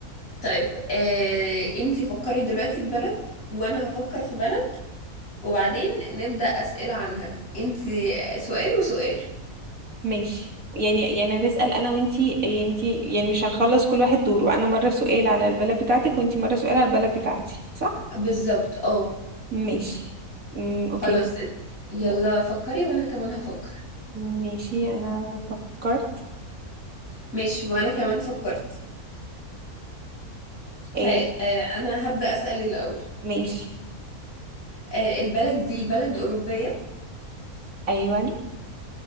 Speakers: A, on the left (about 65°); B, on the right (about 60°).
A: طيب آه انتي فكري دلوقتي في بلد وانا هفكر في بلد وبعدين نبدأ أسئلة عنها انتي سؤال وسؤال
B: ماشي يعني يعني هنسأل انا وانتي يعني انتي يعني مش هنخلص كل واحد دوره انا مرة سؤال على البلد بتاعتك وانتي مرة سؤال على البلد بتاعتي صح
A: بالظبط اه
B: ماشي امم اوكي
A: خلاص يلا
B: يلا.
A: فكري وانا كمان هفكر
B: ماشي انا فكرت
A: ماشي وانا كمان فكرت
B: ايه
A: ها آه انا هبدأ أسأل الأول
B: ماشي
A: آه البلد دي بلد أوروبية
B: ايوه